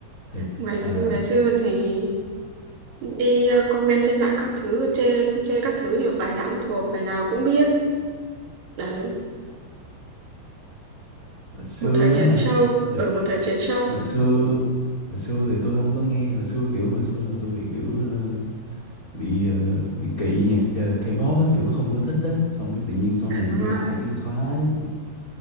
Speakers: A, on the left; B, on the right.
A: thiệt
B: ngày
A: thà
B: ngày xưa thì đi ờ, comment trên mạng các thứ, chê, chê các thứ nhiều bài nào cũng thuộc, bài nào cũng biết. Đấy,
A: hồi xưa
B: một thời trẻ
A: á hả
B: trâu
A: hồi,
B: ở một thời trẻ trâu
A: hồi xưa hồi xưa thì tôi không có nghe hồi xưa kiểu hồi xưa là tôi bị kiểu ờ, bị ờ, bị kỵ nhạc ờ, K-pop á kiểu không có thích á xong cái tự nhiên sau
B: à
A: này nghe lại cái khoái